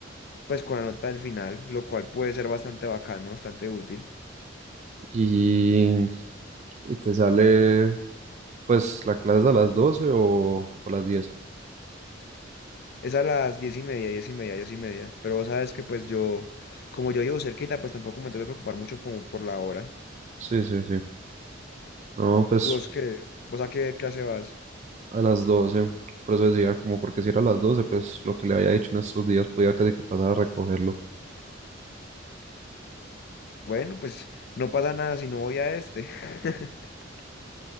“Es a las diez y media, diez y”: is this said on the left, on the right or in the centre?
Left